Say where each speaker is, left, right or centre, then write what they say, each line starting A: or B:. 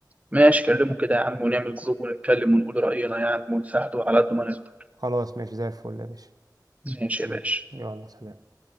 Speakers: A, on the right (about 20°); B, on the right (about 55°).
A: ماشي كلمه كده يا عم ونعمل جروب ونتكلم ونقول رأينا يا عم ونساعده على قد ما نقدر
B: خلاص ماشي زي الفل يا باشا
A: ماشي يا
B: حبيبي.
A: باشا
B: يلا سلام